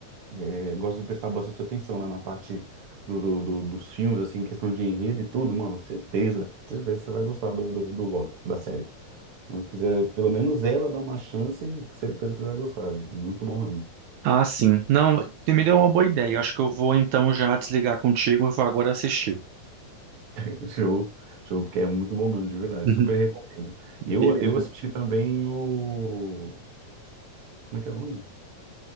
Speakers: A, on the right (about 50°); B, on the right (about 75°).
A: eh, gosta de prestar bastante atenção, né, na parte do, do- do- dos filmes assim, questão de enredo e tudo, mano, certeza, certeza que você vai gostar do, do, do Loki da série. Não quiser, pelo menos ela dá uma chance, certeza que você vai gostar, velho. Muito bom mesmo.
B: Ah, sim. Não, te- me deu uma boa ideia. Eu acho que eu vou então já desligar contigo e vou agora assistir.
A: <laughs> Show, show, porque é muito bom mesmo, de verdade.
B: Uhum.
A: Super recomendo. Eu,
B: Beleza.
A: eu assisti também o. Como é que é o nome?